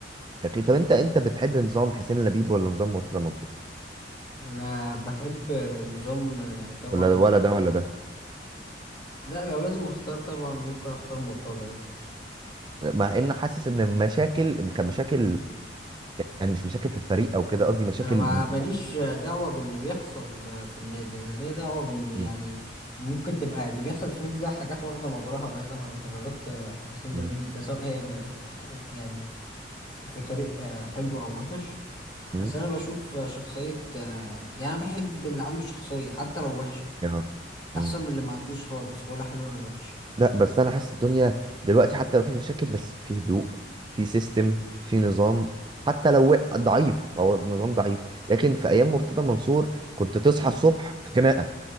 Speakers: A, on the right; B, on the left.
A: أكيد. طب أنت أنت بتحب نظام حسين لبيب ولا نظام مرتضى منصور
B: انا بحب نظام آه، طبعا
A: ولا ولا
B: آه،
A: ده ولا ده
B: لا لو لازم اختار طبعا ممكن اختار مرتضى
A: مع إن حاسس إن المشاكل كمشاكل يعني مش مشاكل في الفريق أو كده قصدي مشاكل
B: انا ما
A: م...
B: ماليش دعوة باللي بيحصل آه، في النادي انا ليا دعوة بان يعني
A: م...
B: ممكن تبقى اللي بيحصل في النادي ده حاجات واخدة مجراها بعيدا عن قرارات آه، حسين
A: م... م...
B: لبيب ده سواء هي ب- ح- يعني في طريق آه، حلو او وحش
A: م...
B: بس انا بشوف آه، شخصية آه، يعني انا بحب اللي عنده شخصية حتى لو وحش
A: يا- م...
B: احسن من اللي ما عندوش خالص ولا حلو ولا وحش
A: لا بس انا حاسس الدنيا دلوقتي حتى لو في مشاكل بس في هدوء في سيستم في نظام حتى لو وق- ضعيف هو النظام ضعيف لكن في ايام مرتضى منصور كنت تصحى الصبح خناقه